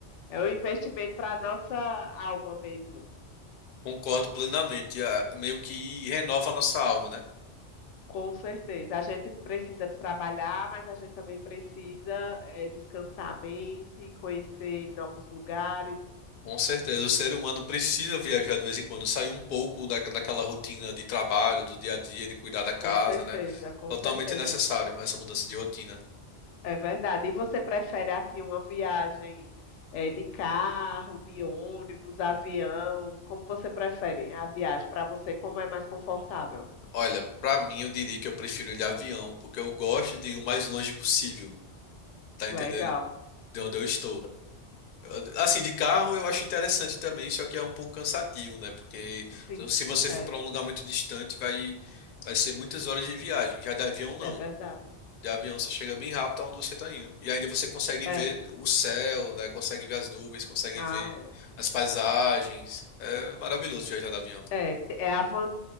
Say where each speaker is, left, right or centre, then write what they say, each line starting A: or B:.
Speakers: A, on the left; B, on the left.
A: é um investimento para a nossa alma mesmo.
B: Concordo plenamente. Ah, Meio que renova a nossa alma, né?
A: Com certeza. A gente precisa trabalhar, mas a gente também precisa é, descansar a mente, conhecer novos lugares.
B: Com certeza. O ser humano precisa viajar de vez em quando, sair um pouco da, daquela rotina de trabalho, do dia a dia, de cuidar da casa,
A: Com certeza,
B: né?
A: com
B: Totalmente
A: certeza.
B: necessário essa mudança de rotina.
A: É verdade. E você prefere assim uma viagem eh, de carro, de ônibus, avião? Como você prefere a viagem para você? Como é mais confortável?
B: Olha, pra mim eu diria que eu prefiro ir de avião, porque eu gosto de ir o mais longe possível, tá
A: Legal.
B: entendendo? De onde eu estou. Eu- Assim, de carro eu acho interessante também, só que é um pouco cansativo, né? Porque
A: Sim,
B: se você
A: é,
B: for pra um lugar muito distante, vai vai ser muitas horas de viagem. Já de avião não.
A: é verdade.
B: De avião você chega bem rápido aonde você tá indo. E ainda você consegue
A: É.
B: ver o céu, né? Consegue ver as nuvens, consegue
A: Ah,
B: ver
A: é.
B: as paisagens. É maravilhoso viajar de avião.
A: É, te- é a van-